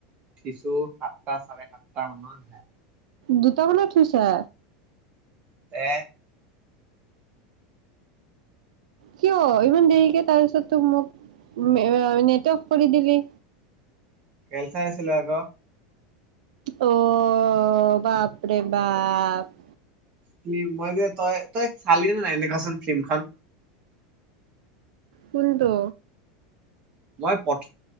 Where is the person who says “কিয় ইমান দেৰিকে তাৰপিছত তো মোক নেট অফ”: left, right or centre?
Right